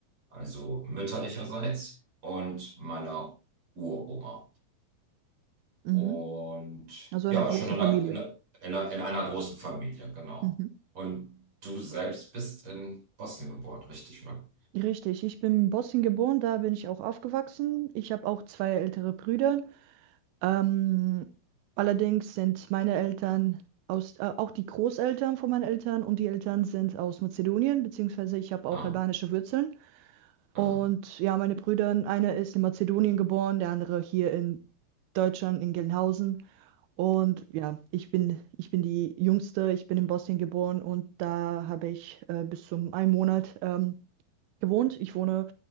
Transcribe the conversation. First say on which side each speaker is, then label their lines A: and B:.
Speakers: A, on the right (about 35°); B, on the right (about 85°).
A: also mütterlicherseits, und meiner Uroma.
B: Mhm.
A: Und
B: Also
A: ja,
B: eine große
A: schon in
B: Familie.
A: einer, in einer, in einer großen Familie, genau.
B: Mhm.
A: Und du selbst bist in Bosnien geboren, richtig, oder?
B: Richtig, ich bin in Bosnien geboren, da bin ich auch aufgewachsen. Ich habe auch zwei ältere Brüder. Ähm, allerdings sind meine Eltern aus, äh, auch die Großeltern von meinen Eltern und die Eltern sind aus Mazedonien, beziehungsweise ich habe auch
A: Ah,
B: albanische Wurzeln. Und
A: ah.
B: ja, meine Brüder, einer ist in Mazedonien geboren, der andere hier in Deutschland, in Gelnhausen. Und ja, ich bin, ich bin die Jüngste, ich bin in Bosnien geboren und da habe ich äh, bis zum einen Monat ähm, gewohnt. Ich wohne